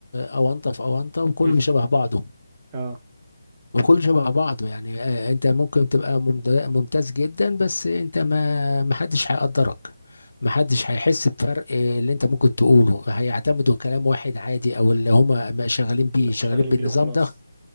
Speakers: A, on the left; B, on the right.
A: اونطه في اونطه وكله
B: <laughs>
A: شبه بعضه
B: اه
A: وكله شبه بعضه يعني آه، انت ممكن تبقى ممد- ممتاز جدا بس انت ما محدش هيقدرك محدش هيحس بفرق آه، اللي انت ممكن تقوله هيعتمدوا كلام واحد عادي او اللي هما ما شغالين بيه
B: إن هم
A: شغالين
B: شغالين
A: بالنظام
B: بيه وخلاص
A: ده